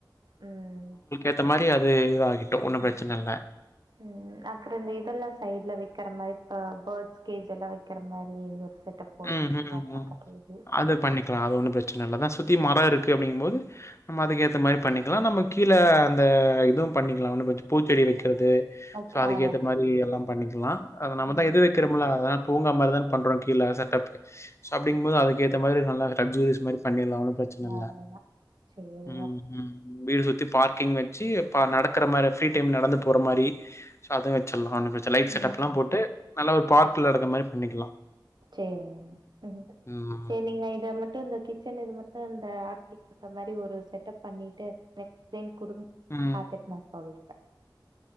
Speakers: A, on the right; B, on the left.
A: ம்
B: ஏற்ற மாதிரி அது இதாகிட்டோம் ஒன்றும்
A: ம்
B: பிரச்சனை இல்லை
A: ம் அப்றோ இந்த இதெல்லா சைட்ல வெக்கற மாரி அ பேட்ஸ் கேஜ் எல்லா வெக்கற மாரி ஒரு செட்டப் போட்டு
B: ம்
A: விட்ருங்க
B: ம்
A: அது
B: ம்
A: பக்கத்துலயே
B: அது பண்ணிக்லா அது ஒன்னு ப்ரச்சனல்ல அதா சுத்தி மரோ இருக் டு அப்டிங்கும்போது நம்ம அதுக்கேத்த மாரி பண்ணிக்கலா நம்ம கீழ அந்த இதுவு பண்ணிக்கலா ஒன்னு பிரச்ச பூச்செடி வெக்க ட்றது
A: ஓகே
B: சோ அதுக்கேத்த
A: அதா
B: மாரி எல்லா பண்ணிக்கலா அத நம்ம
A: ம்
B: தா எது வெக்கறமுல்ல அதலாப் பூங்கா மாரி தான பண்றோ கீழ ஏ சார் தப்ட் சோ அப்டிங் போது அதுக்கேத்த மாரி நல்லா கன்ஃபியூஸ் மாரி பண்ணிர்லா ஒன்னு ப்ரெச்சன இல்ல
A: அதேதா சேரிங்க
B: ம் ம் வீடு சுத்தி பார்க்கிங் வெ ச்சி ப நடக்கற மாரி ஃப்ரீ டைம் நடந்து போற மாரி அது வச்சர்லா ஒன்னு வெச் சோ லைட் செட்டப்லா
A: ம்
B: போட்டு நல்லா ஒரு பார்க்ல நடக்ற மாரி பண்ணிக்கலா
A: சேரிங்க
B: ம்,
A: சேரி நீங்க இத மட்டு இந்த கிச்சன் இது மட்டு இந்த டி பண்ற மாரி ஒரு செட்டப் பண்ணிட்டு <inaudible> குடுங்
B: ம்.
A: பாத்துட் நா சொல்